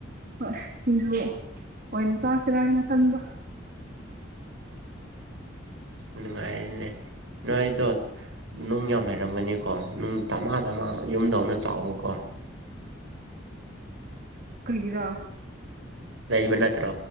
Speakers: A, on the right (about 50°); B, on the right (about 75°).
A: ꯍꯣꯏ ꯁꯤꯡꯖꯨ ꯑꯣꯏꯅ ꯆꯥꯁꯤꯔꯥ ꯍꯥꯏꯅ ꯈꯟꯕ
B: ꯅꯨꯡꯉꯥꯏꯔꯤꯅꯦ ꯅꯣꯏꯗꯣ ꯅꯨꯡ ꯌꯥꯝ ꯂꯩꯔꯝꯒꯅꯤꯀꯣ ꯅꯨꯡ ꯊꯃꯥꯗꯃꯥ ꯌꯨꯝꯗꯧꯅ ꯆꯥꯎꯕꯀꯣ
A: ꯀ꯭ꯔꯤꯒꯤꯔ
B: ꯂꯩꯕ ꯅꯠꯇ꯭ꯔꯣ